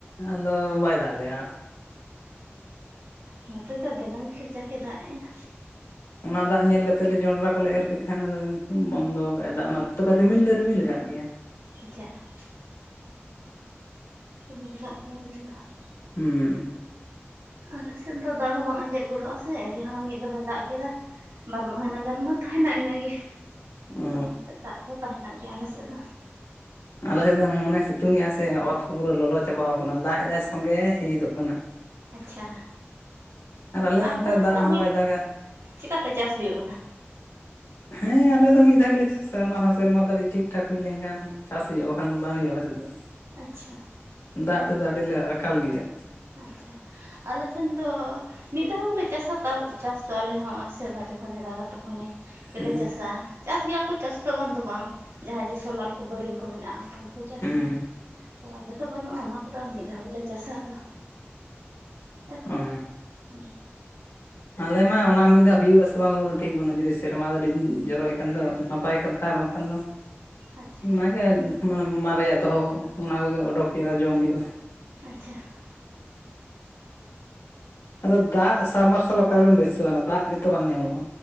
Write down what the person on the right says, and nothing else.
ᱱᱚᱛᱮ ᱫᱚ ᱫᱤᱱᱟᱝ ᱜᱮ ᱠᱷᱮᱡᱟᱠ ᱠᱮ ᱫᱟᱜ ᱮᱜ ᱟ ᱾
ᱟᱪᱪᱷᱟ ᱾ ᱢᱮᱱ ᱟᱠᱟᱫ ᱜᱮᱭᱟ ᱫᱚ ᱾
ᱟᱞᱮ ᱥᱮᱫ ᱫᱚ ᱫᱟᱜ ᱦᱚᱸ ᱵᱟᱝ ᱟᱸᱡᱮᱫ ᱜᱚᱫᱚᱜᱼᱟ ᱥᱮ ᱡᱟᱦᱟᱸ ᱢᱤᱫ ᱫᱚᱢᱮ ᱫᱟᱜ ᱠᱮᱫᱟ ᱵᱟᱨ ᱢᱟᱹᱦᱤᱱᱟ ᱜᱟᱱ ᱢᱟ ᱛᱟᱦᱮᱱᱟ ᱤᱱᱟᱹᱜᱮ, ᱟᱫᱚ
ᱚᱱᱟᱛᱮ ᱫᱟᱜ ᱫᱚ ᱛᱟᱦᱮᱱᱟ ᱜᱮᱭᱟ ᱟᱞᱮ ᱥᱮᱫ ᱫᱚ ᱾
ᱟᱪᱪᱷᱟ
ᱟᱨ
ᱛᱟᱦᱚᱞᱮ
ᱦᱩᱲᱩ
<unintelligible> ᱪᱮᱠᱟᱛᱮ ᱪᱟᱥ ᱦᱩᱭᱩᱜ ᱠᱟᱱᱟ?
ᱟᱪᱪᱷᱟ ᱾
ᱟᱪᱪᱷᱟ ᱟᱞᱮ ᱥᱮᱱ ᱫᱚ ᱢᱤᱫ ᱫᱷᱟᱣ <inaudible> ᱪᱟᱥᱟ, ᱪᱟᱥ ᱫᱚ ᱟᱞᱮ ᱦᱚᱸ ᱥᱮᱨᱢᱟ ᱡᱚᱠᱷᱚᱱᱮ ᱫᱟᱜᱟ ᱛᱚᱠᱷᱚᱱᱮ ᱜᱮᱞᱮ
ᱪᱟᱥᱟ, ᱪᱟᱥ ᱜᱮᱭᱟ ᱠᱚ ᱪᱟᱥ ᱫᱚ ᱵᱟᱝ ᱫᱚ ᱵᱟᱝ ᱡᱟᱦᱟᱸᱭ ᱡᱮ ᱥᱳᱞᱟᱨ ᱠᱚ ᱵᱳᱨᱤᱝ ᱠᱚ ᱢᱮᱱᱟᱜᱼᱟ <inaudible> ᱠᱚ ᱪᱟᱥ
ᱜᱮᱭᱟ, ᱛᱚ ᱟᱞᱮ ᱫᱚ ᱵᱟᱹᱱᱩᱜᱼᱟ ᱚᱱᱟ ᱠᱚᱫᱚ ᱢᱤᱫ ᱫᱷᱟᱣ ᱜᱮᱞᱮ ᱪᱟᱥᱟ ᱟᱫᱚ ᱮ ᱨᱮᱦᱚᱸ
ᱦᱩ ᱾
ᱟᱪᱪᱷᱟ
ᱟᱪᱪᱷᱟ ᱾